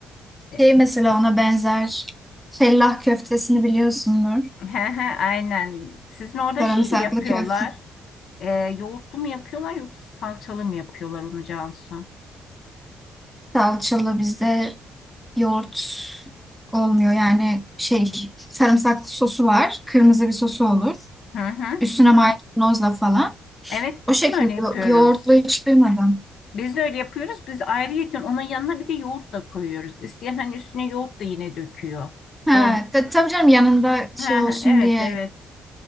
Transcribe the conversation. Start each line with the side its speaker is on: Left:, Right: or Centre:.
Left: <laughs>
Centre: Şey mesela ona benzer. Fellah köftesini biliyorsundur.
Left: E, he he, Aynen. Sizin orada
Centre: Sarımsaklı
Left: şey mi yapıyorlar?
Centre: köfte
Left: E, yoğurtlu mu yapıyorlar yoksa salçalı mı yapıyorlar onu Cansu?
Centre: salçalı bizde yoğurt olmuyor. Yani şey sarımsaklı sosu var. Kırmızı bir sosu olur.
Left: Hı hı.
Centre: Üstüne maydanozla falan.
Left: Evet
Centre: O
Left: biz
Centre: şekilde
Left: de öyle yapıyoruz.
Centre: yoğurtlu hiç duymadım.
Left: Biz de öyle yapıyoruz. Biz ayrıyeten onun yanına bir de yoğurt da koyuyoruz. İsteyen hani üstüne yoğurt da yine döküyor.
Centre: Ha,
Left: O
Centre: ta- tabii canım yanında şey
Left: ha
Centre: olsun
Left: evet
Centre: diye
Left: evet.